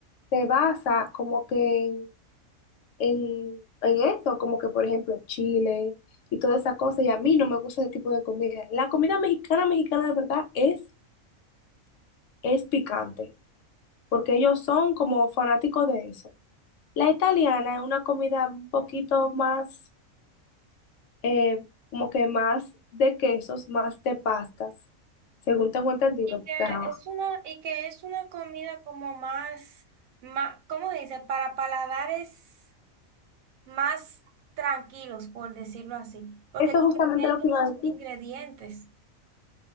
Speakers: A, on the left (about 70°); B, on the right (about 85°).
A: se basa como que en, en, en eso, como que por ejemplo chile y toda esa cosa, y a mí no me gusta ese tipo de comida. La comida mexicana, mexicana de verdad es es picante, porque ellos son como fanáticos de eso. La italiana es una comida un poquito más, eh, como que más de quesos, más de pastas, según tengo entendido.
B: Y
A: porque,
B: que
A: ajá,
B: es una, y que es una comida como más, más, ¿cómo se dice? Para paladares más tranquilos, por decirlo así, porque
A: Eso
B: tiene
A: es justamente
B: menos
A: lo que iba a decir.
B: ingredientes.